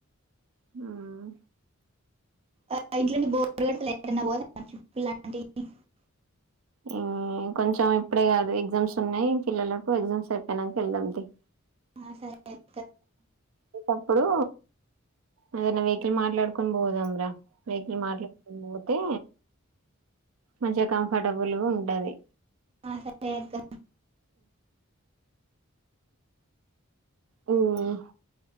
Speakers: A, on the right; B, on the right.
A: హ్మ్
B: ఆ ఇంట్లో బోర్ కొడితే <unintelligible>
A: ఇమ్ ఇంకొంచెం ఇప్పుడే కాదు ఎగ్జామ్స్ ఉన్నాయి పిల్లలకు ఎగ్జామ్స్ అయిపోయినంక ఎళ్దాం తీయ్
B: ఆ సరె అక్
A: ఒకప్పుడు ఏదైన వెహికల్ మాట్లాడుకొని బోదాం ర వెహికల్ మాట్లాడుకొని బోతే మచ్ కడవులూ ఉంటది
B: ఆ, సరే అక్క
A: హ్మ్